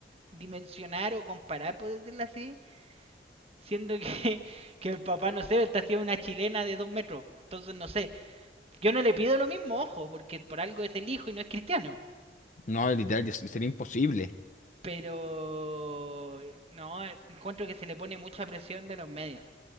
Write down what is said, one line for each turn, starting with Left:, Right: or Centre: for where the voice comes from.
Right: dimensionar o comparar, por decirlo así, siendo que, <laughs> que el papá, no sé, está haciendo una chilena de dos metros. Entonces, no sé. Yo no le pido lo mismo, ojo, porque por algo es el hijo y no es cristiano.
Left: No, literal, y es- y sería imposible.
Right: Pero eh, no, eh, encuentro que se le pone mucha presión de los medios.